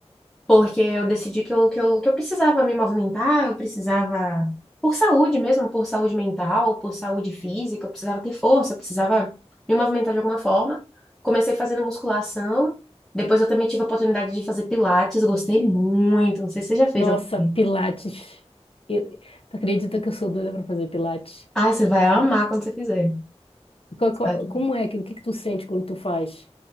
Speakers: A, in the centre; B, on the left.
A: porque eu decidi que eu, que eu, que eu precisava me movimentar, eu precisava, por saúde mesmo, por saúde mental, por saúde física, eu precisava ter força, eu precisava me movimentar de alguma forma. Comecei fazendo musculação, depois eu também tive a oportunidade de fazer pilates, gostei muito, não sei se você já fez
B: Nossa,
A: alguma vez.
B: Pilates. Eu... Tu acredita que eu sou doida para fazer Pilates?
A: Ah, você vai amar quando você fizer.
B: Qual- qual-
A: Sabe?
B: Como é que, o que que tu sente quando tu faz?